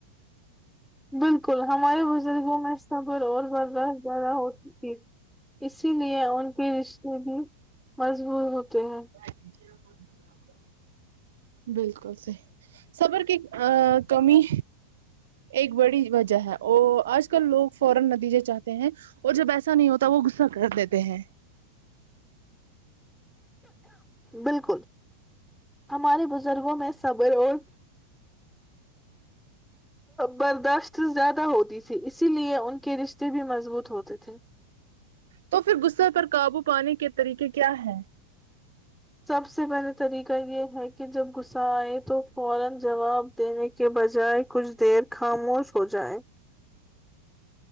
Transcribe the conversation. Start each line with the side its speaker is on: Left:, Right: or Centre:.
Centre: بالکل ہمارے بزرگوں میں صبر اور برداشت زیادہ ہوتی تھی اسی لیے ان کے رشتے بھی مضبوط ہوتے ہیں
Right: <unintelligible> بالکل صحیح صبر کی ا کمی ایک بڑی وجہ ہے اور آج کل لوگ فورا نتیجے چاہتے ہیں اور جب ایسا نہیں ہوتا وہ غصہ کر دیتے ہیں
Centre: بالکل ہمارے بزرگوں میں صبر اور برداشت زیادہ ہوتی تھی اسی لیے ان کے رشتے بھی مضبوط ہوتے تھے
Right: تو پھر غصے پر قابو پانے کے طریقے کیا ہے
Centre: سب سے پہلے طریقہ یہ ہے کہ جب غصہ آئے تو فورا جواب دینے کے بجائے کچھ دیر خاموش ہو جائے